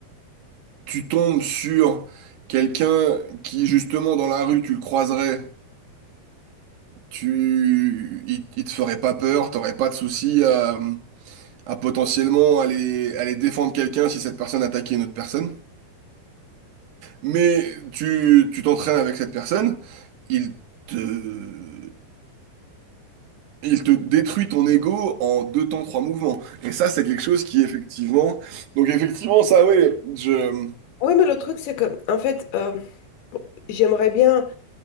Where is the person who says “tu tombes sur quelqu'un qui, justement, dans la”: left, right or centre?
Right